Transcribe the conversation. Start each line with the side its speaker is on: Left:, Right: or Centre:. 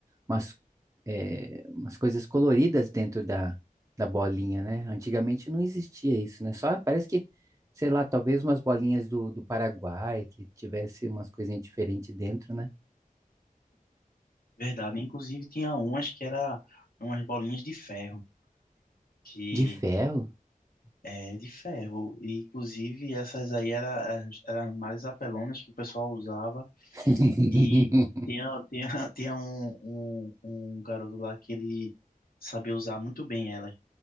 Right: umas, é, umas coisas coloridas dentro da, da bolinha, né? Antigamente não existia isso, né? Só parece que, sei lá, talvez umas bolinhas do, do Paraguai que tivesse umas coisinhas diferentes dentro, né?
Left: Verdade. Inclusive tinha umas que era umas bolinhas de ferro. Que
Right: De ferro?
Left: eh, é de ferro. E, inclusive essas aí eram era, as- as mais apelonas que o pessoal usava.
Right: <laughs>
Left: E tinha, tinha, <laughs> tinha um, um, um garoto lá que ele sabia usar muito bem elas.